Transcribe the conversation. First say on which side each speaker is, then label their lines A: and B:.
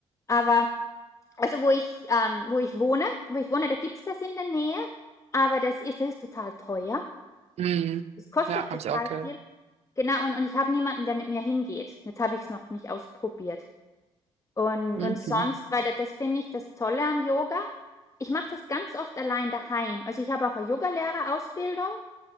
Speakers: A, on the left (about 20°); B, on the right (about 50°).
A: aber also wo ich ähm, wo ich wohne, wo ich wohne, da gibt's das in der Nähe, aber das ist das ist total teuer.
B: Mhm.
A: Das kostet
B: Ja, habe
A: total
B: ich auch gehört.
A: viel. Genau und, und ich habe niemanden, der mit mir hingeht. Jetzt habe ich es noch nicht ausprobiert. Und
B: Mhm.
A: und sonst, weil das, das finde ich das Tolle am Yoga. Ich mache das ganz oft allein daheim. Also ich habe auch eine Yogalehrerausbildung